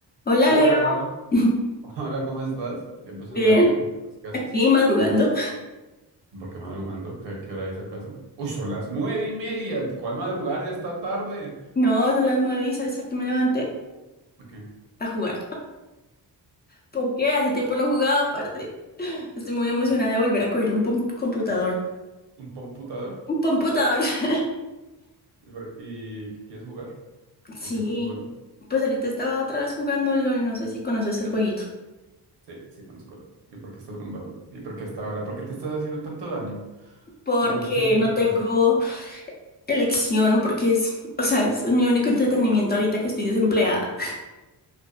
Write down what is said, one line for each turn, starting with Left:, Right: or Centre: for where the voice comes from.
Left: Hola
Right: Hola,
Left: Leo,
Right: <laughs>
Left: <laughs>
Right: hola, ¿cómo estás? Tiempo sin
Left: bien,
Right: hablarte, ¿cómo estás? ¿Qué haces?
Left: aquí madrugando.
Right: ¿Por qué madrugando? ¿Qué, qué hora es acaso? Uy, son las nueve y media. ¿Cuál madrugar? Ya está tarde.
Left: No, son las nueve y sabes a qué me levanté
Right: ¿Por ¿Qué?
Left: a jugar. ¿Por qué? Hace tiempo no jugaba, aparte. Estoy muy emocionada
Right: ¿Y
Left: de volver a coger un pom- computador.
Right: ¿Un computador?
Left: Un computador. <laughs>
Right: ¿Y, por- y qué quieres jugar?
Left: Sí,
Right: ¿O qué estás jugando?
Left: pues ahorita estaba otra vez jugando LOL, no sé si conoces el jueguito.
Right: Sí, sí, conozco. LOL. ¿Y por qué estás jugando LOL? ¿Y por qué hasta ahora? ¿Por qué te estás haciendo tanto daño
Left: Porque
Right: jugando ese jueguito?
Left: no tengo
Right: <laughs>
Left: elección, porque es, o sea, es mi único entretenimiento ahorita que estoy desempleada.